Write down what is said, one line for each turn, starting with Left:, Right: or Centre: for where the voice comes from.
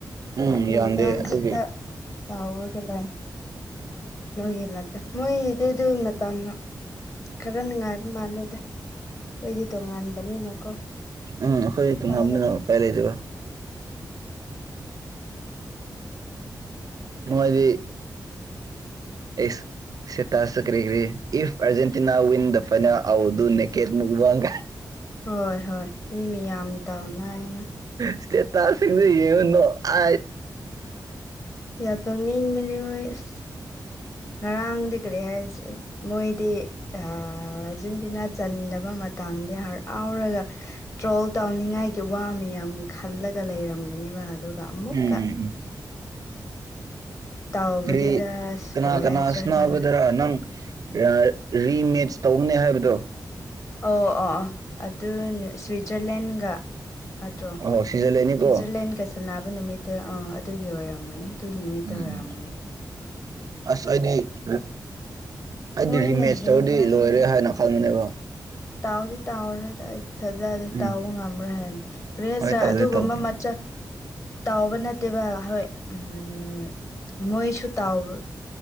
Right: ꯎꯝ
Left: ꯅꯨꯡꯗꯥꯡ
Right: ꯌꯥꯝꯗꯦ ꯑꯗꯨꯒꯤ
Left: ꯈꯛꯇ ꯇꯥꯎꯔꯒ ꯂꯥꯏ ꯃꯣꯏꯒꯤ ꯅꯠꯇꯦ ꯃꯣꯏꯒꯤꯗꯤ ꯑꯗꯨꯏ ꯃꯇꯝꯅ ꯈꯔ ꯅꯨꯡꯉꯥꯏꯕ ꯃꯥꯜꯂꯦꯗ ꯑꯩꯈꯣꯏꯗꯤ ꯇꯣꯉꯥꯟꯕꯅꯤꯅꯀꯣ
Right: ꯎꯝ ꯍꯣꯏ ꯇꯨꯡ
Left: ꯄꯥꯏꯕ
Right: ꯌꯥꯝꯝꯗꯅ
Left: ꯂꯩꯇ꯭ꯔꯤꯗꯅ
Right: ꯄꯥꯏ ꯂꯩꯇꯕ ꯃꯣꯏꯗꯤ ꯑꯦꯁ ꯁꯤ ꯇꯥꯁꯇ ꯀ꯭ꯔꯤꯒꯀꯔꯤ if Argentina win the final I will do ꯅꯦ ꯀꯦꯠ ꯃꯨꯛꯕꯥꯡ
Left: ꯍꯣꯏ ꯍꯣꯏ ꯃꯤ ꯃꯤꯌꯥꯝ ꯇꯥꯎꯅ ꯑꯩꯅ
Right: ꯁꯇꯦꯠ ꯇꯁꯤꯗꯤ <unintelligible> ꯌꯦꯉꯟꯅꯣ ꯑ
Left: ꯌꯥꯝ ꯇꯧꯅꯤꯡꯕꯅꯤ ꯍꯣꯏ ꯑꯁ ꯉꯔꯥꯡꯗꯤ ꯀꯔꯤ ꯍꯥꯏꯔꯤꯁꯦ ꯃꯣꯏꯗꯤ ꯑ ꯖꯨꯟꯗꯨꯅ ꯆꯟꯗꯕ ꯃꯇꯝꯗꯤ ꯍꯔꯥꯎꯔꯒ ꯇ꯭ꯔꯣꯜ ꯇꯧꯅꯤꯡꯉꯥꯏꯒꯤ ꯋꯥ ꯃꯤꯌꯥꯝ ꯈꯜꯂꯒ ꯂꯩꯔꯝꯒꯅꯦꯕ ꯑꯗꯨꯒ ꯑꯃꯨꯛꯀ
Right: ꯎꯝ
Left: ꯇꯥꯎꯕꯗꯨꯗ
Right: ꯀꯔꯤ
Left: ꯑꯁ
Right: ꯀꯅꯥ
Left: ꯀꯔꯤ
Right: ꯀꯅꯥ
Left: ꯍꯥꯏꯁꯤꯔ
Right: ꯁꯥꯟꯅꯕꯗꯔꯥ ꯅꯪ ꯔꯥꯏ ꯔꯤꯃꯦꯁ ꯇꯧꯅꯦ ꯍꯥꯏꯕꯗꯣ
Left: ꯑꯣ ꯑꯣ ꯑꯣ ꯑꯗꯨ ꯁꯨꯏꯖꯔꯂꯦꯟꯒ ꯅꯠꯇ꯭ꯔꯣ
Right: ꯑꯣ ꯁꯤꯖꯜꯂꯦꯅꯤꯀꯣ
Left: ꯁꯨꯏꯖꯔꯂꯦꯟꯒ ꯁꯥꯟꯅꯕ ꯅꯨꯃꯤꯠꯇ ꯑꯥ ꯑꯗꯨꯒꯤ ꯑꯣꯏꯔꯝꯒꯅꯤ ꯑꯗꯨꯏ ꯅꯨꯃꯤꯠꯇ
Right: ꯎꯝ
Left: ꯑꯣꯏꯔꯝꯃꯅꯤ
Right: ꯑꯁ ꯑꯩꯗꯤ ꯑꯩꯗꯤ
Left: ꯃꯣꯏꯅ
Right: ꯔꯤꯃꯦꯁ
Left: ꯍꯦꯟꯕꯅꯤꯅ
Right: ꯇꯧꯔꯗꯤ ꯂꯣꯏꯔꯦ ꯍꯥꯏꯅ ꯈꯟꯕꯅꯦꯕ
Left: ꯇꯥꯎꯗꯤ ꯇꯥꯎꯔ ꯂꫭꯏꯗ ꯑꯩꯗꯤ ꯊꯥꯖꯗꯦ
Right: ꯎꯝ
Left: ꯇꯥꯎꯕ ꯉꯝꯔꯣꯏ ꯍꯥꯏꯕꯗꯤ ꯔꯦꯁꯆ
Right: ꯍꯣꯏ ꯇꯧꯗꯦ
Left: ꯑꯗꯨꯒꯨꯝꯕ
Right: ꯇꯧꯗꯦ
Left: ꯃꯆꯥ ꯇꯥꯎꯕ ꯅꯠꯇꯦꯕ ꯍꯣꯏ ꯎꯝ ꯃꯣꯏꯁꯨ ꯇꯧꯕ